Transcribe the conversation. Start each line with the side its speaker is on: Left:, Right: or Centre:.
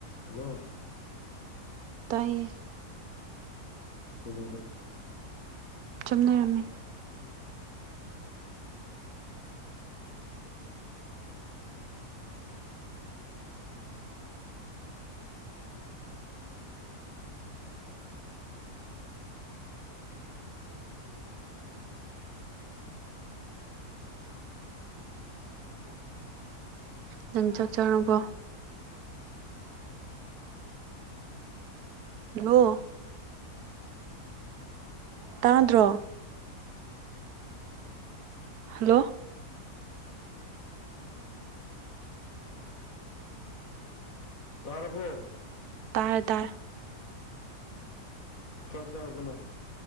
Left: ꯍꯂꯣ
Right: ꯇꯥꯏꯌꯦ
Left: ꯀꯖꯂꯣ
Right: ꯆꯨꯝꯅꯔꯝꯃꯤ
Left: <unintelligible>
Right: ꯅꯪ ꯆꯠ ꯆꯥꯔꯨꯀꯣ ꯍꯂꯣ ꯇꯥꯗ꯭ꯔꯣ ꯍꯜꯂꯣ
Left: ꯇꯥꯔꯕꯣ
Right: ꯇꯔꯗꯔ
Left: ꯆ ꯆꯔꯔꯕꯅ